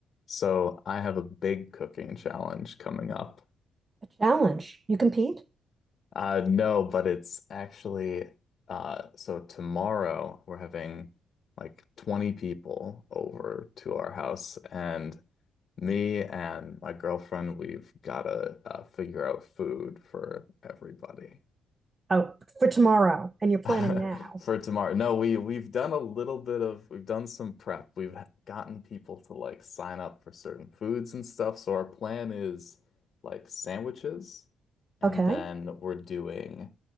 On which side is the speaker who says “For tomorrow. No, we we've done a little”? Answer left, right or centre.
Left